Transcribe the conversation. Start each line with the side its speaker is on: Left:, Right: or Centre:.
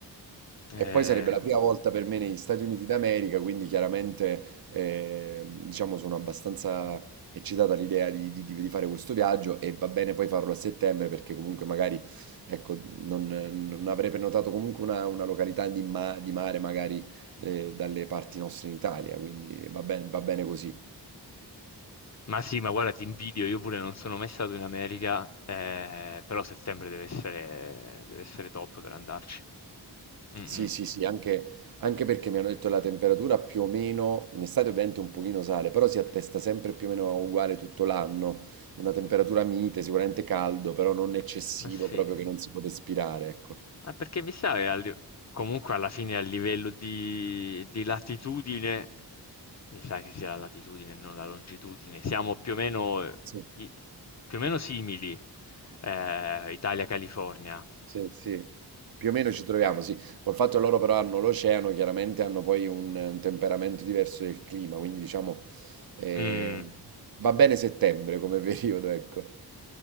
Left: Eh,
Right: E poi sarebbe la prima volta per me negli Stati Uniti d'America, quindi chiaramente eh, diciamo sono abbastanza eccitata all'idea di, di- di fare questo viaggio e va bene poi farlo a settembre perché comunque magari ecco, non, non avrei prenotato comunque una, una località di, ma- di mare magari eh, dalle parti nostre in Italia, quindi va bene, va bene così.
Left: ma sì, ma guarda, ti invidio, io pure non sono mai stato in America, eh, però settembre deve essere, deve essere top per andarci. Mm,
Right: Sì,
Left: mm.
Right: sì, sì, anche, anche perché mi hanno detto la temperatura più o meno, in estate ovviamente un pochino sale, però si attesta sempre più o meno uguale tutto l'anno, una temperatura mite, sicuramente caldo, però non eccessivo,
Left: Ma sì.
Right: proprio che non si può respirare, ecco.
Left: Ah, perché mi sa che al- comunque alla fine a livello di, di latitudine, mi sa che sia la latitudine, non la longitudine, siamo più o meno, eh,
Right: Sì,
Left: i- più o meno simili, eh, Italia-California.
Right: sì, sì. Più o meno ci troviamo, sì. Col fatto che loro però hanno l'oceano, chiaramente hanno poi un, un temperamento diverso del clima, quindi diciamo eh,
Left: Mm.
Right: va bene settembre come <laughs> periodo, ecco.